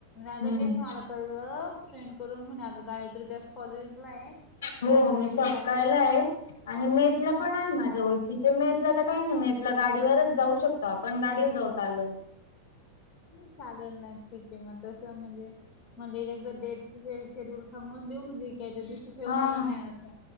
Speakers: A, on the left (about 30°); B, on the left (about 60°).
A: अगं
B: हम्म
A: तेच मला कळलं फ्रेंड करून म्हण अगं गायत्री त्या कॉलेज नाही.
B: हो
A: म्हटलं
B: मी सपकायला
A: चला येलाच
B: आहे आणि मेटला पण आहे. माझ्या ओळखीचे मेटला तर काही नाही. मेटलं गाडीवरच जाऊ शकत. आपण गाडीवर जाऊ चालत.
A: चालेल नाही ठीक आहे. मग तसं म्हणजे म्हणजे एकदा डेट शेड्यूल सांगून देऊ. म्हणजे काही त्या दिवशी ठेवणार
B: हा हा
A: नाही असं.